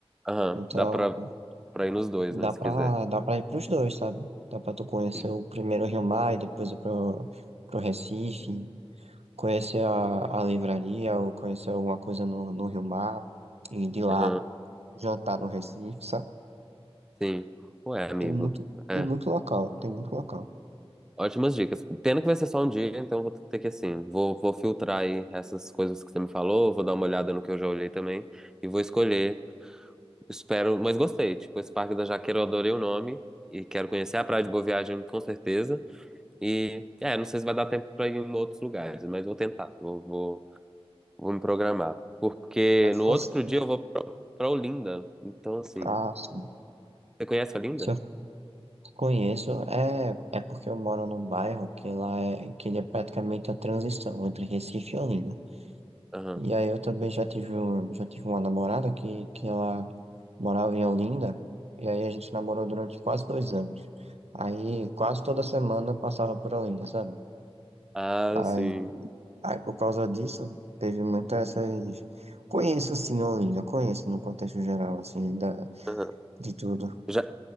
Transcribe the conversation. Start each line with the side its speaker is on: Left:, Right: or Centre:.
Centre: Aham,
Right: Então,
Centre: dá pra, pra ir nos dois,
Right: dá
Centre: né, se
Right: pra,
Centre: quiser.
Right: dá pra ir pros dois, sabe? Dá pra tu conhecer
Centre: Sim.
Right: o primeiro Rio Mar e depois ir pro, pro Recife. conhecer a, a livraria ou conhecer alguma coisa no, no Rio Mar e de lá
Centre: Aham,
Right: jantar no Recife, sabe?
Centre: sim. Ué, amigo.
Right: Tem muito,
Centre: É.
Right: tem muito local, tem muito local.
Centre: Ótimas dicas. Pena que vai ser só um dia, então vou ter que, assim, vou, vou filtrar aí essas coisas que você me falou, vou dar uma olhada no que eu já olhei também e vou escolher. Espero, mas gostei. Tipo, esse Parque da Jaqueira eu adorei o nome e quero conhecer a Praia de Boa Viagem com certeza. E, é, não sei se vai dar tempo pra ir em outros lugares, mas vou tentar. Vou, vou, Vou me programar. Porque
Right: Se eu
Centre: no
Right: fosse,
Centre: outro dia eu vou pra Olinda. Então, assim.
Right: ah, sim.
Centre: Você conhece Olinda?
Right: Se eu conheço, é, é porque eu moro num bairro que lá é, que ele é praticamente a transição entre Recife e Olinda.
Centre: Aham.
Right: E aí eu também já tive, um- já tive uma namorada que, que ela morava em Olinda, e aí a gente namorou durante quase dois anos. Aí quase toda semana eu passava por Olinda, sabe?
Centre: Ah,
Right: aí
Centre: sim.
Right: Aí, por causa disso, teve muitas essas. Conheço, sim, Olinda, conheço no contexto geral, assim, da,
Centre: Aham.
Right: de tudo.
Centre: Já,